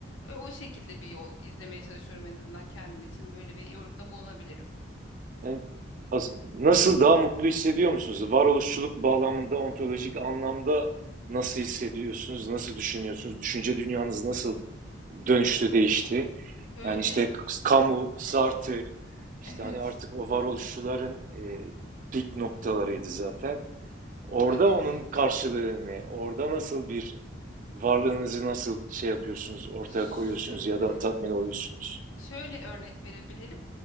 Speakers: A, on the left; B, on the right.
A: E, O şekilde bir yol izlemeye çalışıyorum en azından kendim için. Böyle bir yorumda bulunabilirim.
B: Yani as- nasıl daha mutlu hissediyor musunuz? Varoluşçuluk bağlamında, ontolojik anlamda nasıl hissediyorsunuz? Nasıl düşünüyorsunuz? Düşünce dünyanız nasıl dönüştü, değişti?
A: Şöyle,
B: Yani işte Camus, Sartre, işte
A: <laughs> evet,
B: hani artık o varoluşçuların e, pik noktalarıydı zaten. Orada
A: tabii.
B: onun karşılığı ne? Orada nasıl bir varlığınızı nasıl şey yapıyorsunuz, ortaya
A: Şö-
B: koyuyorsunuz ya
A: <laughs>
B: da tatmin oluyorsunuz?
A: Şöyle örnek verebilirim.